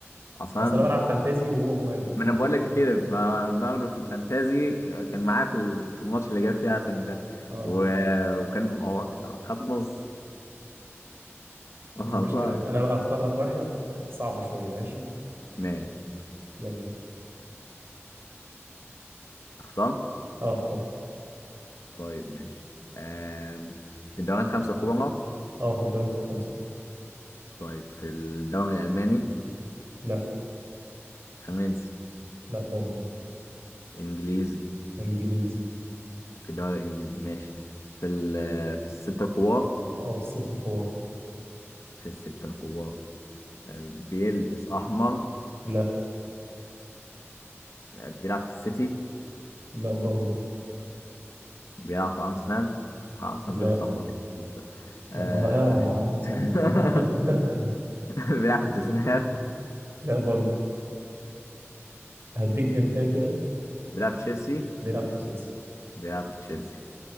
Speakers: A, on the left; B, on the right.
A: اصلا
B: اصل انا بلعب فانتازي وهو مهاجم
A: ما انا بقول لك كده فباخده في الفانتازي ك- كان معايا في ال- في الماتش اللي جاب فيه عتمي ده
B: اه
A: و- وكان هو خط نص <laughs> والله
B: مش مشكله انا
A: ف-
B: بقى اختار لك واحد صعب شويه ماشي
A: ماشي
B: يلا
A: اخترت
B: اه اختار
A: طيب ماشي آم، في الدوري الخمسة الكبرى
B: اه في الدوري في خمسه
A: طيب في الدوري الألماني
B: لا
A: فرنسي
B: لا برضه
A: إنجليزي
B: انجليزي
A: في الدوري الإنجليزي ماشي في ال في الستة الكبار
B: اه في الست الكبار
A: في الستة الكبار آه، بيلبس أحمر
B: لا
A: آه، بيلعب في السيتي
B: لا برضه
A: بيلعب في أرسنال آه، أرسنال
B: لا
A: بيلبس أحمر نكتب ده
B: لا
A: آه،
B: مع اه مع انسى
A: <laughs>
B: لما <laughs> أسمعها.
A: بيلعب في توتنهام
B: لا برضه هديك هنتايه كده
A: بيلعب في تشيلسي
B: بيلعب في تشيلسي
A: بيلعب في تشيلسي